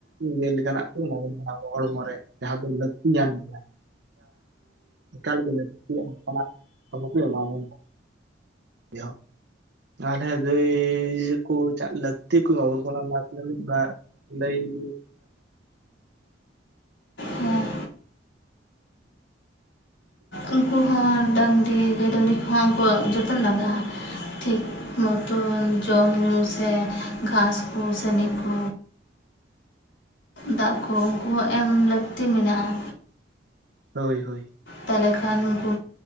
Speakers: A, on the right; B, on the left.
A: ᱧᱮᱞ ᱞᱮᱠᱟᱱᱟᱜ ᱠᱚ ᱚᱢᱟᱵᱚᱱ ᱠᱟᱱᱟᱼᱼ ᱦᱚᱲᱢᱚ ᱨᱮ, ᱡᱟᱦᱟ ᱫᱚ ᱞᱟᱹᱠᱛᱤᱭᱟᱱ ᱜᱮᱭᱟ᱾ ᱮᱠᱟᱞ ᱞᱟᱠᱛᱤᱭᱟᱜᱼᱟ <unintelligible> ᱮᱢᱟᱵᱚᱱᱼᱼ ᱡᱚ ᱟᱞᱮ ᱜᱟᱹᱭ, ᱠᱚ ᱪᱟᱜ ᱞᱟᱹᱠᱛᱤ ᱠᱚ ᱮᱢᱟᱵᱚᱱ ᱠᱟᱱᱟ <unintelligible> ᱾ ᱞᱟᱹᱭ <unintelligible>
B: ᱦᱮᱸ ᱩᱱᱠᱩ ᱦᱚᱸ, ᱰᱟᱝᱨᱤ, <unintelligible> ᱡᱚᱛᱚᱱ ᱞᱟᱜᱟᱜᱼᱟ᱾ <unintelligible> ᱡᱚᱢ ᱧᱩ ᱥᱮ, ᱜᱷᱟᱥ ᱠᱚ ᱥᱮ, ᱱᱤ ᱠᱚ᱾ ᱫᱟᱜ ᱠᱚ ᱩᱱᱠᱩ ᱦᱚᱸ ᱮᱢ ᱞᱟᱹᱠᱛᱤ ᱢᱮᱱᱟᱜᱼᱟ᱾
A: ᱦᱳᱭ ᱦᱳᱭ
B: ᱛᱟᱦᱞᱮ ᱠᱷᱟᱱ ᱩᱱᱠᱩ